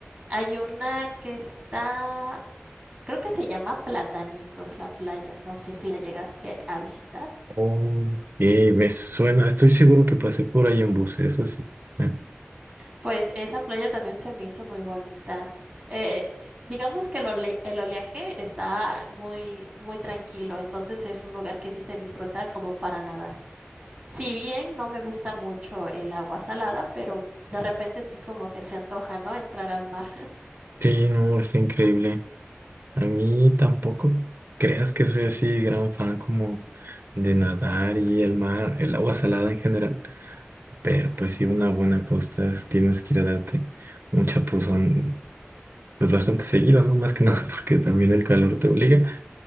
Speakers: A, on the right; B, on the right.
A: Hay una que está creo que se llama Platanitos la playa, no sé si la llegaste a visitar.
B: Oh, eh, me suena, estoy seguro que pasé por ahí en bus, eso sí. Eh,
A: Pues esa playa también se me hizo muy bonita. Eh, digamos que el, ole- el oleaje está muy, muy tranquilo, entonces es un lugar que sí se disfruta como para nadar. Si bien no me gusta mucho el agua salada, pero de repente sí como que se antoja, ¿no? Entrar al mar.
B: Sí, no, es increíble. A mí tampoco creas que soy así gran fan como de nadar y el mar, el agua salada en general. Pero pues sí, una buena costa es- tienes que ir a darte un chapuzón, pues bastante seguido, ¿no? Más que nada <laughs> porque también el calor te obliga.